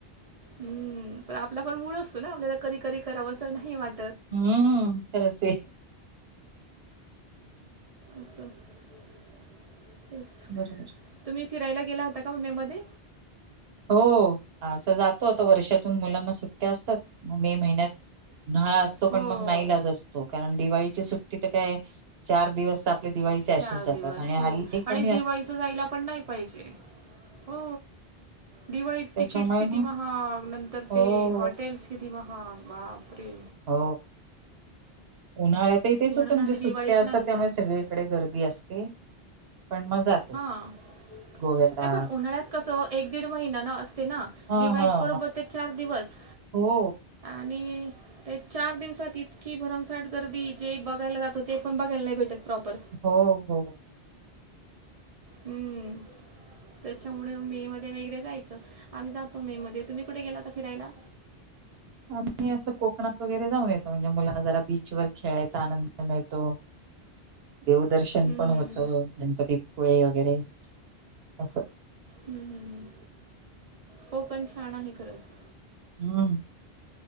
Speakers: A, on the right (about 45°); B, on the right (about 70°).
A: हम्म पण आपला पण मुळच आपल्याला कध कध करा असं नाही वाट
B: हम्म खरच
A: ते
B: बरोबर.
A: तुम्ही फिरायला गेला होता का ममे मध्ये
B: हो असं जातो आता वर्षातून मुलांना सुट्ट्या असतात मग मे महिन्यात नळा असतो पण
A: हो
B: मग नालाच असतो कारण दिवाळीची सुट्टी तर काय चार दिवस आपले दिवाळीचे असेच
A: चार दिवस
B: आणि
A: हो
B: हल्ली
A: आणि
B: कमी असतात.
A: दिवाळीच जायला पण नाही पाहिजे हो दिवाळीत तिकीट्स
B: त्यामुळे
A: किती
B: मग
A: महाग नंतर
B: हो,
A: ते हॉटेल्स किती महाग हा बापि
B: हो उन्हाळ्यात इथेच
A: म्हणून
B: होतं म्हणजे
A: आम्ही
B: सुट्ट्या
A: दिवाळीत
B: असतात
A: नाही
B: त्यामुळे
A: जात
B: सगळीकडे गर्दी असते पण मग जातो
A: हा
B: गोव्याला
A: पण उन्हाळ्यात कसं एक दीड महिनाना असते ना
B: हां,
A: दिवाळीत
B: हां.
A: बरोबर ते चार दिवस
B: हो
A: आणि ते चार दिवसात इतकी भरमसाठ गर्दी जे बघायला जातो ते पण बघायला नाही भेटत प्रॉपर
B: हो हो
A: हम्म त्याच्यामुळे मे मध्ये वगरे जायचं आम्ही जातो मे मध्ये तुम्ही कुठे गेलाता फिरायला
B: आम्ही असं कोकणात वगैरे जाऊन येतो म्हणजे मुलांना जरा बीचवर खेळायचा आनंद मिळतो देवदर्शन
A: हम्म,
B: पण होतं
A: हम्म, हम्म.
B: गणपतीपुळे वगैरे असं
A: हम्म हम्् कोकण छान आहे खरंच
B: हम्म